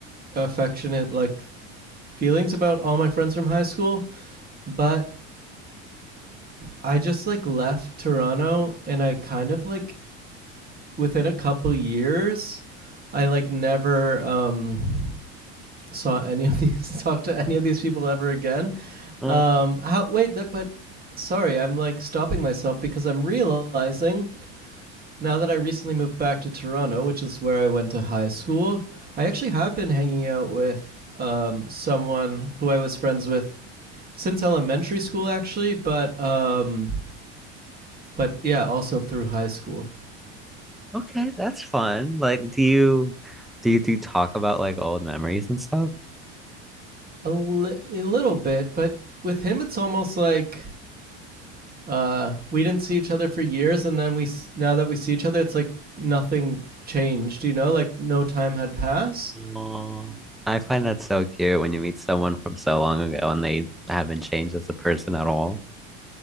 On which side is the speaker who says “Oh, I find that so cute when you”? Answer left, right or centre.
Centre